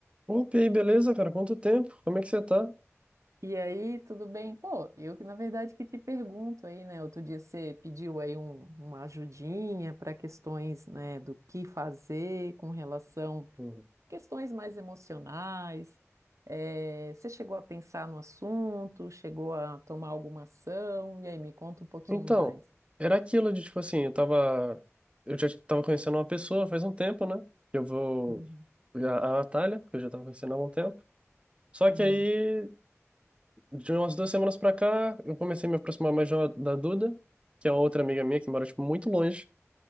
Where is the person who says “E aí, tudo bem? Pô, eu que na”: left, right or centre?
Right